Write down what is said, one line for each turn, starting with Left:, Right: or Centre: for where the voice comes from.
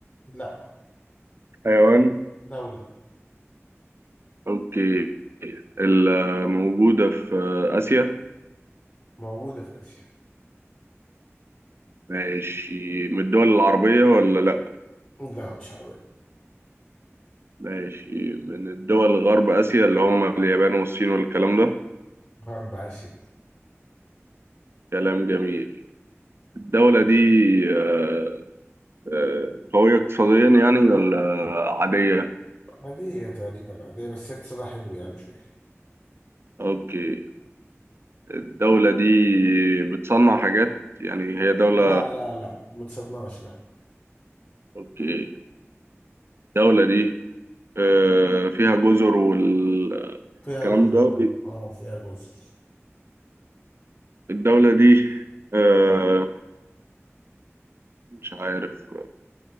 Left: لا
Right: حيوان
Left: دولة
Right: اوكي الموجودة في آسيا
Left: موجودة في آسيا
Right: ماشي من الدول العربية ولا لأ
Left: لا مش عربية
Right: ماشي من الدول غرب آسيا اللي هم اليابان والصين والكلام ده
Left: غرب آسيا
Right: كلام جميل الدولة دي آه، آه، قوية اقتصاديا يعني ولا عادية
Left: عادية تقريبا عادية بس هي اقتصادها حلو يعني مش وحش
Right: أوكي الدولة دي بتصنع حاجات يعني هي دولة
Left: لا لا لا ما تصدقناش لا
Right: أوكي الدولة دي آه، فيها جزر والكلام
Left: فيها جزر
Right: ده
Left: اه آه، فيها جزر
Right: الدولة دي آه مش عارف